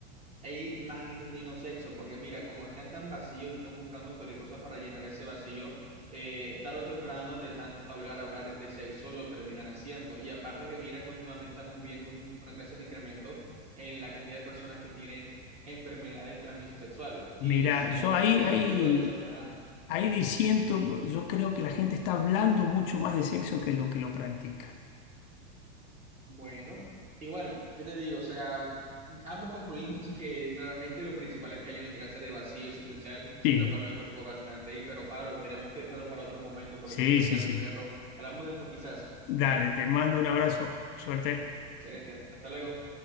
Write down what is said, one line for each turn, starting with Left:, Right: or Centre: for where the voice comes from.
Right: hay más gente teniendo sexo, porque mira, como están tan vacíos y están buscando cualquier cosa para llenar ese vacío, eh, tarde o temprano, de tanto hablar, hablar de sexo, lo terminan haciendo. Y aparte que mira que últimamente estamos viendo un- una clase de incremento en la cantidad de personas que tienen enfermedades de transmisión sexual.
Left: Mira,
Right: Y si
Left: yo
Right: hay un
Left: ahí,
Right: incremento
Left: ahí,
Right: de eso, pues ah,
Left: ahí diciendo, yo creo que la gente está hablando mucho más de sexo que lo que lo practica.
Right: Bueno, igual, ¿qué te digo? O sea, ambos concluimos <laughs> que realmente lo principal es que hay una clase de vacío existencial,
Left: Sí,
Right: lo cual me preocupa bastante. Y pero Pablo, tenemos que dejarlo para otro momento porque
Left: sí,
Right: tengo que sacar
Left: sí, sí.
Right: al perro. Hablamos después quizás.
Left: Dale, te mando un abrazo. Suerte.
Right: Excelente. Hasta luego.